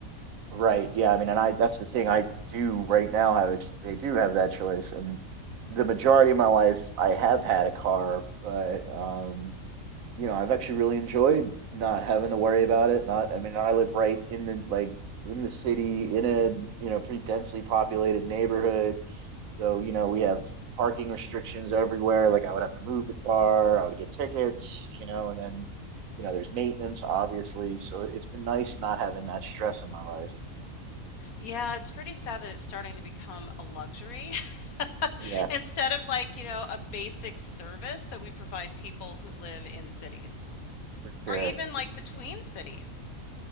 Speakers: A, on the right (about 75°); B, on the left (about 85°).
A: Right. Yeah. I mean, and I that's the thing I do right now have a- I do have that choice, and the majority of my life I have had a car, but um, you know, I've actually really enjoyed not having to worry about it. Not, I mean, I live right in the like in the city in a you know pretty densely populated neighborhood So, you know, we have parking restrictions everywhere. Like I would have to move the car, I would get tickets, you know, and then, you know, there's maintenance, obviously. So it's been nice not having that stress in my life.
B: Yeah, it's pretty sad that it's starting to become a luxury <laughs>
A: Yeah,
B: instead of like, you know, a basic service that we provide people who live in cities
A: for sure.
B: or even like
A: For
B: between
A: sure.
B: cities.